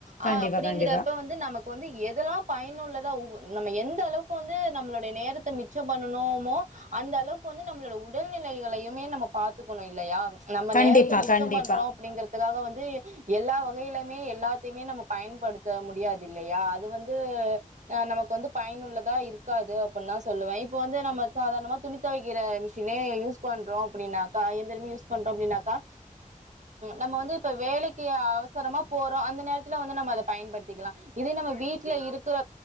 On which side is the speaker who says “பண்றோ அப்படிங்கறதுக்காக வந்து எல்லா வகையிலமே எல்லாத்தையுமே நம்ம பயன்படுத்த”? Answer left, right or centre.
Right